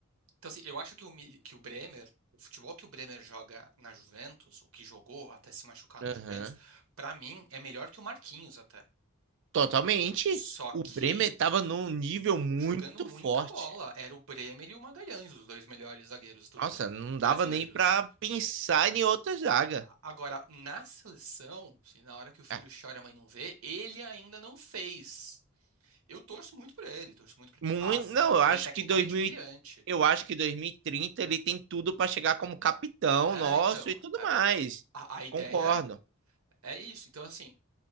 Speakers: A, on the right (about 85°); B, on the right (about 60°).
A: Então, assim, eu acho que o, Mi- que o Bremer, o futebol que o Bremer joga na Juventus, o que jogou até se machucar
B: Aham.
A: na Juventus, pra mim é melhor que o Marquinhos até.
B: Totalmente.
A: Só que
B: O Bremer estava num nível
A: hum,
B: muito
A: jogando muita
B: forte.
A: bola, era o Bremer e o Magalhães, os dois melhores zagueiros do
B: Nossa, não dava
A: brasileiros.
B: nem para pensar em outra zaga.
A: Agora, na seleção, se na hora que o filho
B: Ah,
A: chora e a mãe não vê, ele ainda não fez. Eu torço muito por ele, torço muito para que
B: Muito,
A: faça.
B: não,
A: Acho
B: eu
A: ele tecnicamente
B: acho que 2000,
A: brilhante.
B: e- eu acho que 2030 ele tem tudo para chegar como capitão
A: É,
B: nosso
A: então,
B: e tudo
A: a,
B: mais.
A: a- a ideia
B: Concordo.
A: é isso. Então, assim,